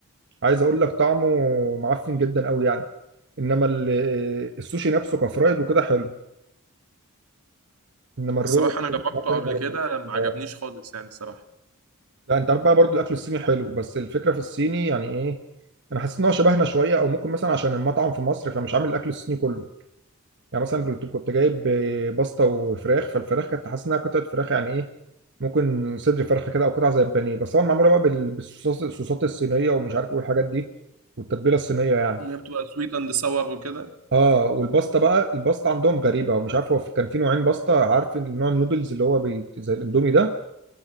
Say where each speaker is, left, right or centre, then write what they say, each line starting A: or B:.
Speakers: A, on the right; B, on the right.
A: عايز اقول لك طعمه معفن جدا قوي يعني انما ال- السوشي نفسه كفرايد وكده حلو انما الرو
B: الصراحه انا
A: والحاجات
B: جربته
A: التانية
B: قبل
A: ما عجبتنيش.
B: كده ما عجبنيش
A: آه.
B: خالص يعني الصراحه
A: لا انت عارف بقى برضو الاكل الصيني حلو بس الفكره في الصيني يعني ايه انا حسيت ان هو شبهنا شويه او ممكن مثلا عشان المطعم في مصر فمش عامل الاكل الصيني كله يعني مثلا كنت كنت جايب باستا وفراخ فالفراخ كانت حاسس انها قطعه فراخ يعني ايه ممكن صدر فرخه كده او قطعه زي البانيه بس طبعا معموله بقى بال- بالصوصات الصوصات الصينيه ومش عارف ايه الحاجات دي والتتبيله الصينيه يعني
B: اللي هي بتبقى سويت اند ساور وكده
A: اه والباستا بقى الباستا عندهم غريبه ومش عارف هو في- كان في نوعين باستا عارف النوع النودلز اللي هو بي... زي الاندومي ده